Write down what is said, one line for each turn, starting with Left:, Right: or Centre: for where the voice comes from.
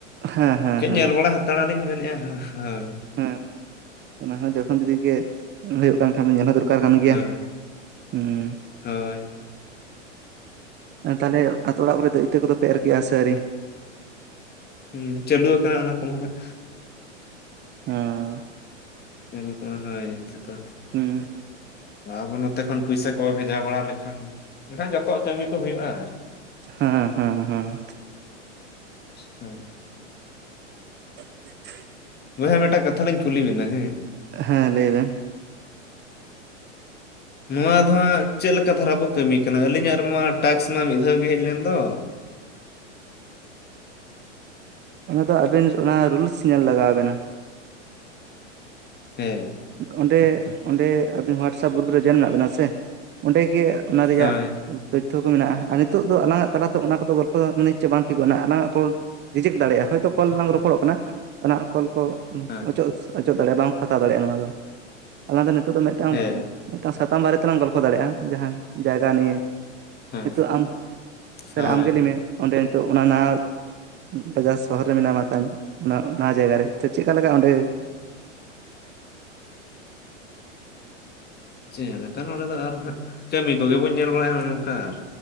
Right: ᱦᱮᱸ ᱦᱮᱸ
Left: ᱠᱮ
Right: ᱦᱮᱸ
Left: ᱧᱮᱞ ᱵᱟᱲᱟ, ᱛᱟᱲᱟ ᱞᱤᱧ ᱢᱮᱱᱮᱜᱼᱟ ᱦᱳᱭ ᱦᱳᱭ᱾
Right: ᱦᱮᱸ ᱚᱱᱟ ᱦᱚᱸᱡᱚᱠᱷᱚᱱ ᱡᱩᱫᱤ ᱜᱮ ᱦᱩᱭᱩᱜ ᱠᱟᱱ ᱠᱷᱟᱱ ᱫᱚ ᱧᱮᱞ ᱦᱚᱸ ᱫᱚᱨᱠᱟᱨ ᱠᱟᱱ ᱜᱮᱭᱟ᱾
Left: ᱦᱳᱭ
Right: ᱦᱩᱸ,
Left: ᱦᱳᱭ,
Right: ᱛᱟᱦᱚᱞᱮ ᱟᱛᱳ ᱚᱲᱟᱜ ᱠᱚᱨᱮ ᱫᱚ ᱤᱛᱟᱹ ᱠᱚᱫᱚ ᱯᱮ ᱮᱨ ᱠᱮᱜᱼᱟ ᱟᱹᱨᱤ?
Left: ᱦᱩᱸ ᱪᱟᱹᱞᱩ ᱟᱠᱟᱱᱟ ᱚᱱᱟ ᱠᱚ ᱢᱟ ᱦᱟᱸᱜ᱾
Right: ᱦᱚᱸ
Left: ᱧᱮᱞ ᱦᱩᱭᱩᱜ ᱠᱟᱱᱟ ᱦᱚᱭ ᱱᱤᱛᱚᱜ ᱫᱚ,
Right: ᱦᱩᱸ,
Left: ᱟᱵᱚ ᱱᱚᱛᱮ ᱠᱷᱚᱱ ᱯᱩᱭᱥᱟ ᱠᱚ ᱵᱷᱮᱡᱟ ᱵᱟᱲᱟ ᱞᱮᱠᱷᱟᱱ, ᱢᱮᱱᱠᱷᱟᱱ ᱡᱚᱛᱚᱣᱟᱜ ᱠᱟᱹᱢᱤ ᱠᱚ ᱦᱩᱭᱩᱜᱼᱟ᱾
Right: ᱦᱚᱸ ᱦᱚᱸ ᱦᱚᱸ᱾
Left: ᱦᱩᱸ
Right: <inaudible>
Left: ᱵᱳᱭᱦᱟ ᱢᱤᱫᱴᱟᱜ ᱠᱟᱛᱷᱟᱞᱤᱧ ᱠᱩᱞᱤ ᱵᱤᱱᱟ ᱦᱮᱸ?
Right: ᱦᱮᱸ ᱞᱟᱹᱭ ᱵᱮᱱ᱾
Left: ᱱᱚᱣᱟ ᱫᱚ ᱦᱟᱸᱜ ᱪᱮᱫ ᱞᱮᱠᱟ ᱫᱷᱟᱨᱟ ᱵᱚ ᱠᱟᱹᱢᱤ ᱠᱟᱱᱟ ᱟᱹᱞᱤᱧᱟᱜ ᱨᱮᱢᱟ ᱴᱟᱠᱥ ᱢᱟ ᱢᱤᱫ ᱫᱷᱟᱣ ᱜᱮ ᱦᱮᱜ ᱞᱮᱱ ᱫᱚ,
Right: ᱚᱱᱟ ᱫᱚ ᱟᱵᱮᱱ ᱚᱱᱟ ᱨᱩᱞᱥ ᱧᱮᱞ ᱞᱟᱜᱟᱣ ᱵᱮᱱᱟ᱾
Left: ᱦᱮᱸ,
Right: ᱚᱸᱰᱮ ᱚᱸᱰᱮ ᱟᱵᱤᱱ ᱦᱳᱣᱟᱴᱥᱟᱯ ᱜᱨᱩᱯ ᱨᱮ ᱡᱚᱭᱮᱱ ᱢᱮᱱᱟᱜ ᱵᱤᱱᱟ ᱥᱮ ᱚᱸᱰᱮ ᱜᱮ, ᱚᱱᱟ ᱨᱤᱭᱟᱜ,
Left: ᱦᱳᱭ
Right: ᱛᱚᱛᱛᱷᱚ ᱠᱚ ᱢᱤᱱᱟᱜᱼᱟ ᱾ ᱟᱨ ᱱᱤᱛᱚᱜ ᱫᱚ ᱟᱞᱟᱝᱟ-ᱜ ᱛᱟᱞᱟᱛᱮ ᱚᱱᱟ ᱠᱚᱼᱫᱚ ᱜᱚᱞᱯᱚ ᱫᱚ᱾ ᱢᱟᱱᱮ ᱦᱚᱪᱪᱷᱮ ᱵᱟᱝ ᱴᱷᱤᱠᱚᱜᱼᱟ᱾ ᱟᱞᱟᱝᱟ-ᱜ ᱨᱤᱡᱮᱠᱴ ᱫᱟᱲᱮᱭᱟᱜᱼᱟ᱾ ᱦᱳᱭᱛᱳ ᱠᱚᱞ ᱞᱟᱝ ᱨᱚᱯᱚᱲᱚ-ᱜ ᱠᱟᱱᱟ᱾ ᱚᱱᱟ ᱠᱚᱞ ᱠᱚ
Left: ᱦᱳᱭ
Right: ᱚᱪᱚᱜ - ᱚᱪᱚᱜ ᱫᱟᱲᱮᱭᱟᱜᱼᱟ ᱾ ᱵᱟᱝᱠᱚ ᱦᱟᱛᱟᱣ ᱫᱟᱲᱮᱭᱟᱜᱼᱟ᱾ ᱱᱚᱣᱟ ᱫᱚ᱾ ᱟᱞᱟᱝ ᱫᱚ ᱱᱤᱛᱚᱜ ᱫᱚ ᱢᱤᱫᱴᱟᱝ
Left: ᱦᱮᱸ
Right: ᱢᱮᱫᱴᱟᱝ ᱥᱟᱛᱟᱢ ᱵᱟᱨᱮ ᱛᱮᱞᱟᱝ, ᱜᱚᱞᱯᱷᱚ ᱫᱟᱲᱮᱭᱟᱜᱼᱟ᱾ ᱡᱟᱦᱟᱱ ᱡᱟᱭ-ᱜᱟ ᱱᱤᱭᱮ
Left: ᱦᱳᱭ
Right: ᱱᱤᱛᱚᱜ ᱟᱢ
Left: ᱦᱳᱭ
Right: ᱾ ᱟᱢ ᱜᱮ ᱞᱟᱹᱭ ᱢᱮ᱾ ᱚᱸᱰᱮ ᱱᱤᱛᱚᱜ ᱚᱱᱟ ᱱᱟ ᱵᱟᱡᱟᱨ ᱥᱚᱦᱚᱨ ᱨᱮ ᱢᱮᱱᱟᱢᱟ᱾ ᱛᱟᱭ ᱚᱱᱟ - ᱚᱱᱟ ᱡᱟᱭᱜᱟ ᱨᱮ᱾ ᱛᱚ ᱪᱮᱫᱠᱟ ᱞᱮᱠᱟ ᱚᱸᱰᱮ
Left: ᱪᱮᱫ ᱞᱮᱠᱟ, ᱱᱚᱸᱰᱮ ᱫᱚ ᱟᱨ ᱦᱚ ᱱᱟᱜ᱾ ᱠᱟᱹᱢᱤ ᱠᱚ-ᱜᱮ ᱵᱚᱱ ᱧᱮᱞ ᱵᱟᱲᱟᱭᱟᱼᱟ᱾ ᱱᱚᱜᱼᱚ ᱱᱚᱝᱠᱟ ᱨ